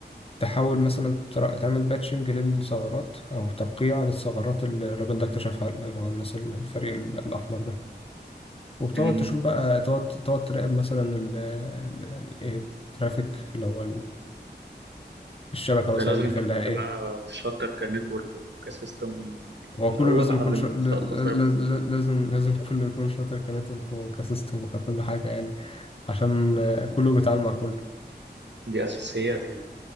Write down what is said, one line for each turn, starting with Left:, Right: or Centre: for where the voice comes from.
Left: تحاول مثلا تر- تعمل باتشنج للثغرات أو ترقيع للثغرات اللي الراجل ده اكتشفها اللي هو الناس ال- الفريق ال- الأحمر ده وبتقعد
Right: مهم.
Left: تشوف بقى تقعد تقعد تراقب مثلا ال ال- يعني إيه الترافيك اللي هو الشبكة
Right: ده
Left: مثلا
Right: لازم
Left: داخل
Right: يكون
Left: لها
Right: حد
Left: إيه
Right: بقى شاطر كنتورك وكسيستم في
Left: هو
Right: الأول
Left: كله لازم
Right: قبل
Left: يكون شا...
Right: ما تخش
Left: ل-
Right: أصلا سايبر
Left: ل- ل- لازم لازم كله يكون شاطر كنتورك وكسيستم وككل حاجة يعني عشان
Right: مهم.
Left: آه، كله بيتعامل مع كله
Right: دي أساسيات يعني